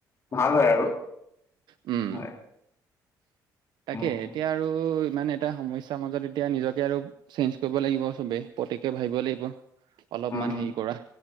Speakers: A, on the left; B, on the right.
A: ভাল হয় আৰু
B: উম
A: হয়।
B: তাকে
A: উম
B: এতিয়া আৰু ইমানে এটা সমস্যাৰ মাজত এতিয়া নিজকে আৰু চেঞ্জ কৰিব লাগিব সবেই প্ৰট্যকে ভাবিব লাগিব। অলপমান
A: উম
B: হেৰি কৰা।